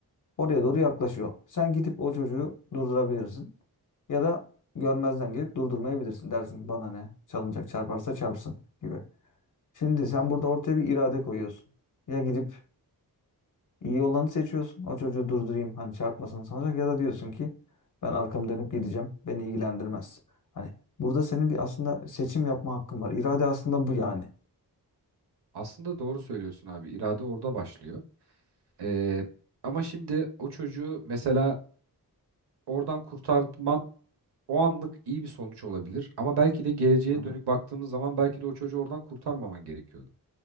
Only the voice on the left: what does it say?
Oraya doğru yaklaşıyor. Sen gidip o çocuğu durdurabilirsin. Ya da görmezden gelip durdurmayabilirsin. Dersin ki, bana ne? Salıncak çarparsa çarpsın gibi. Şimdi sen burada ortaya bir irade koyuyorsun. Ya gidip iyi olanı seçiyorsun. O çocuğu durdurayım. Hani çarpmasın sanacak ya da diyorsun ki ben arkamı dönüp gideceğim. Beni ilgilendirmez. Hani burada senin bir aslında seçim yapma hakkın var. İrade aslında bu yani.
Aha.